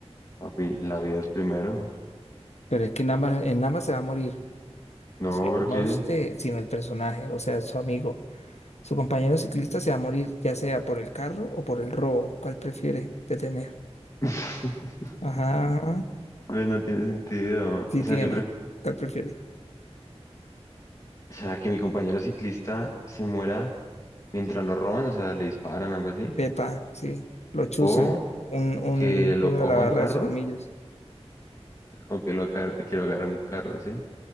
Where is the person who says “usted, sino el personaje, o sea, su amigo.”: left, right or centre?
Left